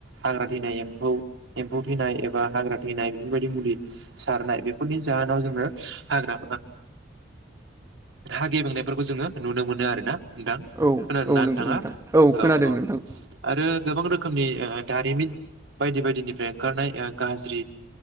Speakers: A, on the right; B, on the right.
A: हाग्रा थैनाय एम्फौ-एम्फौ थैनाय एबा नाय बेफोरबायदि मुलि सारनाय बेफोरनि जाहोनाव जोंनो हाग्रा हागेबांनायफोरखौ जोंङो नुनो मोनो आरोोना नोंथां
B: औ
A: खोना
B: औ
A: नोंथाङा
B: नंगौ नोंथां
A: औ
B: खोनादों
A: औ
B: नोंथां
A: आरो गोबां रोखोमनि दारिमिन बायदि बायदिनिफ्राय ओंखारनाय गाज्रि